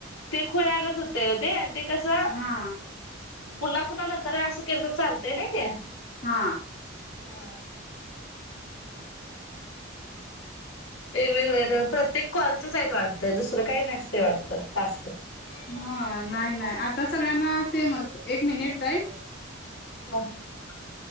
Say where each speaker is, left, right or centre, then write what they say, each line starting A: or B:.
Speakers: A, on the left (about 85°); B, on the left (about 50°).
A: ते खुळ्यागत होतय ओ ते आणि ते कसं
B: हा
A: पुन्हा पुन्हा नंतर असं केलं तर चालतंय नाही? त्या
B: हा
A: हा वेगवेगळ प्रत्येक कॉलचच आहेत वाटतं दुसरं काही नसतंय वाटत टास्क
B: हा नाही नाही आता सगळ्यांना सेमच एक मिनिट ताई
A: <inaudible>